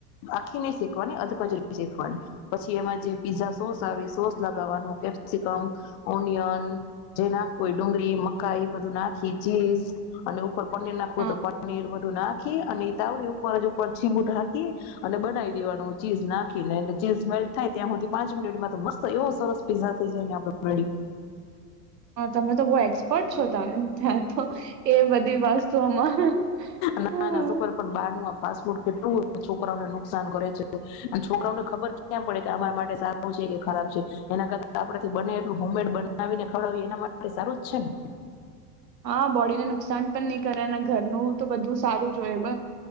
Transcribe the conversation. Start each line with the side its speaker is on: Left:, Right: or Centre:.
Left: આખી ન શેખવાની અધકચરી શેખવાની પછી એમાં જે પીઝા સોસ આવે સોસ લગાવવાનું કેપ્સિકમ ઓનિયન જે નાખવ ડુંગળી મકાઈ બધું નાખી ચીઝ અને. પ નીર નાકું
Right: હા
Left: તો પ નીર મધું ના. અને. તાવડી ઉપર જ ઉપર છીબુઢાખી અને બનાવી દેવાનું ચીઝ નાખીને એટલે ચીઝ મેલ્ટ થાય ત્યાં હથી પાંચ મિનિટમાં તો મસ્ત એવો સરસ પીઝા થઈ જાય ને આપ મે.
Right: હ તમે તો બહુ એક્સપર્ટ ો ત ત્યાં તો એ બધી વસ્તુઓમાં.
Left: ના
Right: હા
Left: ના શકર પણ બાર નું આપ. ફાસ્ટ ફૂડ કેટલું છોકરાઓને નુકસાન કરે છે અને છોકરાઓને ખબર કેયાંમ પડે કે અમારા માટે સારું છે કે ખરાબ છે એના કરતા આપડથી બને એટલું હોમમેડ બનાવીને ખવડાવીએ એના માટે સારું જ છે ને
Right: હા બોડી ને નુકસાન પણ નહી કરે અને ઘરનું તો બધું સારું જોય